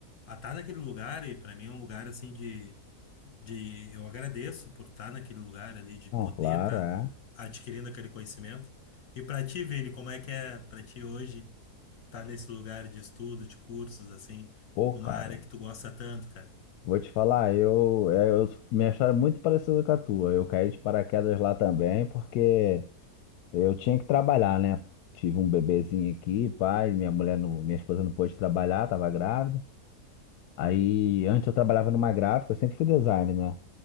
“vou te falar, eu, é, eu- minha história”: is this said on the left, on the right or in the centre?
Left